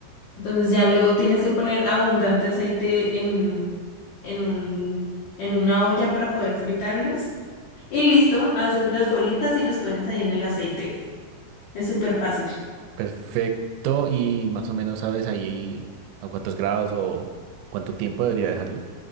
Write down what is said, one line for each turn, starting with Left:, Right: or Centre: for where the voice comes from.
Left: Entonces, ya luego tienes que poner abundante aceite en, en un, en una olla para poder fritarlos. Y listo, haces las bolitas y los pones ahí en el aceite. Es súper fácil.
Right: Perfecto. Y más o menos sabes ahí a cuántos grados o cuánto tiempo debería dejarlos.